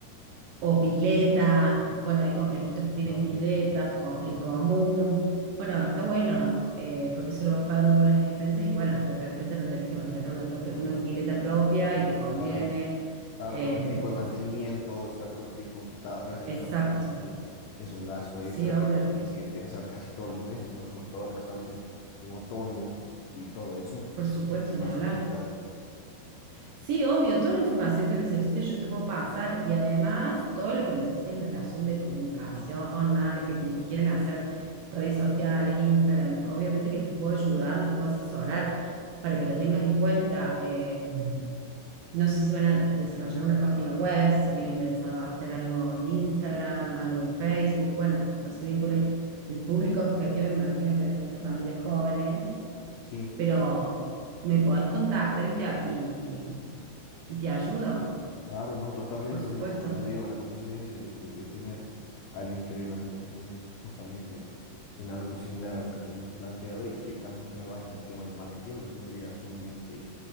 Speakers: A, on the right (about 75°); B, on the left (about 85°).
A: o pileta, bueno, hay complejitos que tienen
B: No, ok,
A: piletas
B: sí, sí,
A: co-
B: sí, sí.
A: en común. Bueno, está bueno, eh, porque eso lo vas pagando con las expensas y bueno, de repente no tenés que mantener una propia, una pileta propia y te conviene.
B: Claro, claro,
A: Eh,
B: porque el tipo de mantenimiento, estar todo el tiempo ta- atrás de eso
A: exacto,
B: también es, es un, es un gasto
A: sí,
B: extra
A: obvio,
B: que, que tienes que pensar casi todos los meses, ¿no? Sobre todo ahora que estamos en, en otoño y todo eso, entonces
A: por supuesto,
B: es mucho más
A: ni hablar.
B: complicado.
A: Sí, obvio, toda la información que necesites yo te puedo pasar y además todo lo que necesites en relación de comunicación, marketing, si quieren hacer redes sociales, Instagram, obviamente que los puedo ayudar, los puedo asesorar para que lo tengas en cuenta. Eh, no sé si van a desarrollar una página web, si tienen pensado hacer algo en Instagram, algo en Facebook, bueno, no sé bien el público objetivo, me imagino que deben ser familias jóvenes,
B: Sí,
A: pero me podés contactar y te, a- y, y te ayudo,
B: Claro, no, totalmente.
A: por supuesto.
B: Mira, como te digo, la coincidencia de, de- de tener a alguien que viva en un, en un- justamente en algo similar a lo que tenemos planteado y que también trabaje en el tema de marketing nos vendría sumamente